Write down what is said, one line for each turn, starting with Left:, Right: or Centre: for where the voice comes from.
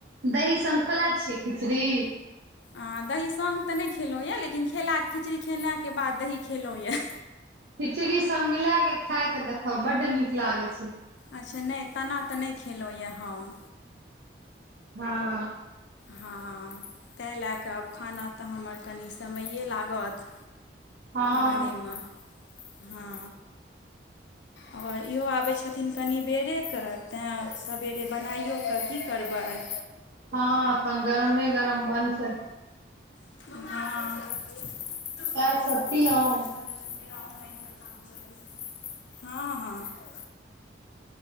Right: दही संग खोला छियै खिचड़ी।
Left: आ दही संग तऽ नहि खेलहुँ यए, लेकिन खेला खिचड़ी खेलाके बाद दही खेलहुँ यए।
Right: खिचड़ी संग मिलाके खाय के देखाउ बड्ड नीक लागै छै।
Left: अच्छे नहि, तेना तऽ नहि खेलहुँ यए हम।
Right: हँ
Left: हँ तए लए कऽ आब खाना तऽ हमर कनि समैए लागत।
Right: हँ
Left: बनैय मे हँ। आओर इहो आबै छथिन कनि बेरे क, तैँ सबेरे बनाइयो कऽ की करबैय।
Right: हँ अप्पन गरमे- गरम बनतैय।
Left: <unintelligible> पहिले पुरा
Right: चाय
Left: ऑनलाइन
Right: सब पीलहुँ
Left: पर काम चलैत, हँ- हँ।